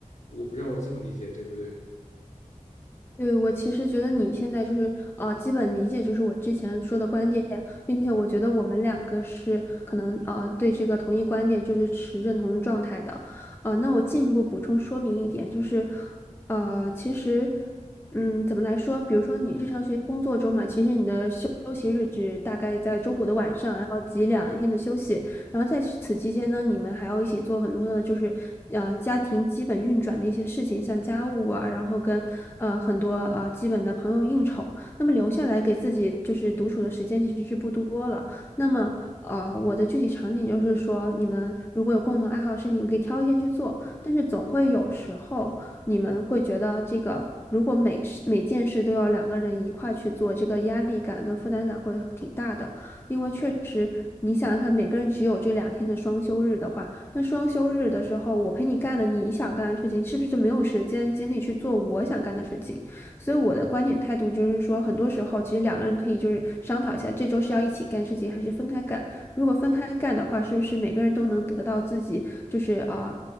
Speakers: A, on the left; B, on the left.
A: 我不知道我这么理解对不对？
B: 对，我其实觉得你现在就是呃，基本理解就是我之前说的观点，并且我觉得我们两个是可能呃对这个同一观点就是持认同状态的，呃，那我进一步补充说明一点，就是呃，其实嗯，怎么来说？比如说你日常学习工作中嘛，其实你的休休息日只大概在周五的晚上，然后挤两天的休息，然后在此期间呢，你们还要一起做很多的，就是呃家庭基本运转的一些事情，像家务啊，然后跟呃很多呃基本的朋友应酬。那么留下来给自己就是独处的时间其实是不多了。那么呃我的具体场景就是说，你们如果有共同爱好的事情，你可以挑一天去做，但是总会有时候你们会觉得这个。如果每事每件事都要两个人一块去做，这个压力感跟负担感会挺大的。因为确实你想想看，每个人只有这两天的双休日的话，那双休日的时候，我陪你干了你想干的事情，是不是就没有时间精力去做我想干的事情？所以我的观点态度就是说，很多时候其实两个人可以就是商讨一下，这周是要一起干事情，还是分开干？如果分开干的话，是不是每个人都能得到自己就是啊、